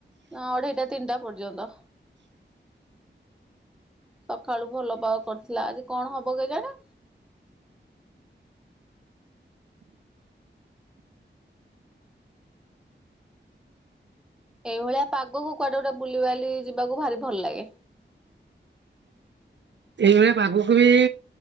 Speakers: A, in the centre; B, on the right.
A: ଅଢେଇଟା ତିନିଟା ପର୍ଯ୍ୟନ୍ତ। ସକାଳୁ ଭଲ ପାଗ କରିଥିଲା ଆଜି କଣ ହବ କେଜାଣି? ଏଇଭଳିଆ ପାଗକୁ କୁଆଡେ ଗୋଟେ ବୁଲିବାଲି ଯିବାକୁ ଭାରି ଭଲ ଲାଗେ।
B: ଏଇଭଳିଆ ପାଗକୁ ବି